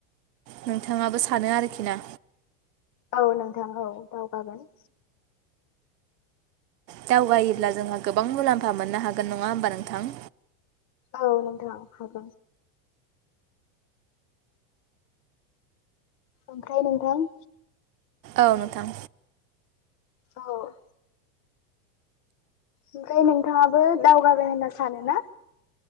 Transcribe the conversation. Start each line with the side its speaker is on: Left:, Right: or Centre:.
Right: नोंथाङाबो सानो आरोखि ना
Left: औ नोंथां औ दावगागोन
Right: दावगायोब्ला जोंहा गोबां मुलाम्फा मोननो हागोन नङा होमबा नोंथां
Left: औ नोंथां हाग ओमफ्राय नोंथां
Right: औ नोंथां
Left: औ ओमफ्राय नोंथाङाबो दावगाबाय होनना सानो ना